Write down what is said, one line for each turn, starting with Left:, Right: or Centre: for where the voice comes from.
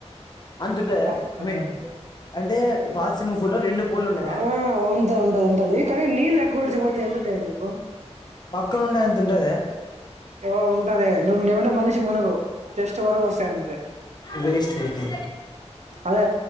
Left: అంతంటే
Right: పక్కన
Left: ఐ మీన్ అంటే పాశ్చమ పులో రెండు పూల్ ఉన్నాయి
Right: ఆ ఉంతా ఉంటది ఉంటది కానీ నీళ్ళు లెక్కగడిచపోతే ఎంత టై మీకు
Left: పక్కన ఉండే ఎంతతుంటే
Right: ఓ ఉంటద నువ్ ఏమంటే మనిషి మునగు జస్ట్ వరకు వస్తాయి
Left: వేస్ టయికా
Right: అదే